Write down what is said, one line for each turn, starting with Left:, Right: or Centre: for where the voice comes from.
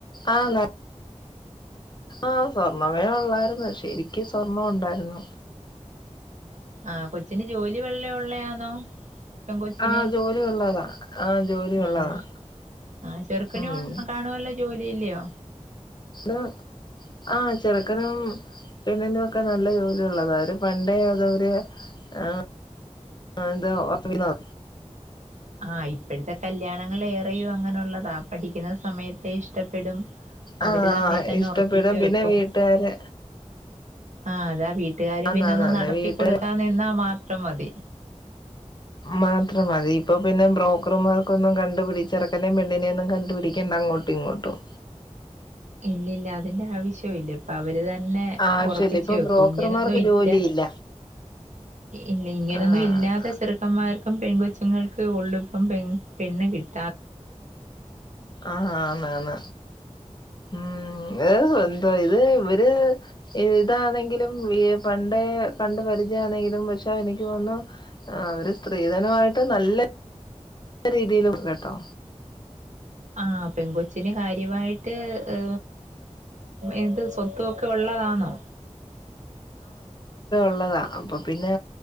Left: ആഹല്ല ആ സ്വർണ്ണ അയ ഉള്ളായിരുന്നു ശരിക്ക സ്വർണ ഉണ്ടായിരുന്നു
Right: ആഹ് കൊച്ചിന്റെ ജോലി വല വെള്ള ഉള്ളയാണോ പെൻ കൊച്ചിന്
Left: ആഹ് ജോലി ഉള്ളതാ ആഹ് ജോലി
Right: ആഹ്
Left: ഉള്ളതാ
Right: ആഹ ചെറുക്കനും
Left: ഉം
Right: കാണുവല്ലോ ജോലി ഇല്ലയോ
Left: ഇ ആഹ് ചെറുക്കനും പിന്നെ പെണ്ണിനൊക്കെ നല്ല ജോലിള്ളതാ അവര് പണ്ട അതര് ആഹ് എന്ത ഓത്തവിത
Right: ആഹ് ഇപ്പോഴത്തെ കല്യാണങ്ങൾ ഏറെയയും അങ്ങനെള്ളതാ പഠിക്കുന്ന സമയത്തെ ഇഷ്ടപ്പെടും അവര്
Left: ആഹ്
Right: തമ്മി തന്നെ
Left: ഇഷ്ടപ്പെടും
Right: ഉറപ്പിച്ചു
Left: പിന്നെ
Right: വെക്കും
Left: വീട്ടുകാര്
Right: ആഹ് അതാ വീട്ടുകാാര്
Left: ആന്നാന്നാന്ന്
Right: പിന്നെ ഒന്ന് നടത്തി
Left: വീട്ടുകാര്
Right: കൊടുക്കാ നിന്നാ മാത്ര മാത്രംമതി
Left: മാത്രം അതി ഇപ്പൊ പിന്നെ ബ്രോക്കർമാർക്കൊന്നും കണ്ടുപിടച്ച് ചെറക്കൻെ പെണ്ണിനെയൊന്നും കണ്ടുപിടിക്കണ്ട അങ്ങോട്ടും ഇങ്ങോട്ടും
Right: ഇല്ലല്ല അതിന്റെ ആവശ്യവും ഇല്ല ഇപ്പൊ അവര് ഇത് തന്നെ
Left: ആവശ്യല്ല
Right: ഉറപ്പിച്ചച്ച്
Left: ഇപ്പൊ
Right: വെക്കും
Left: ബ്രോക്കർമാർക്ക്
Right: ഇങ്ങനൊന്നും ഇല്ല
Left: ജോലിയില്ല
Right: ഇല്ല ഇങ്ങനൊന്നും
Left: ആഹ്
Right: ഇല്ലാത ചെറുക്കന്മാർക്ക് ക്കം പെൺ കൊച്ചുങ്ങൾക്ക് ഉള്ളിപ്പം പണ് കിട്ടും
Left: ആഹന്നന്ന ഉം ഏഹ് എന്താ ഇത് ഇവര് ഇതാണെങ്കിലും പണ്ടേ കണ്ട് പരിചയ ആണെങ്കിലും പക്ഷെ എനിക്ക് തോന്നുന്നു അവര് സ്ത്രീധനമായിട്ട് നല്ല നല്ല രീതിയില കേട്ടോ
Right: ആഹ് പെൺ കൊച്ചിന് കാര്യമായിട്ട് ഉ ഇത് സ്വത്തൊക്കെ ഉള്ളതാണോ
Left: ള്ളത അപ്പൊ പിന്നെ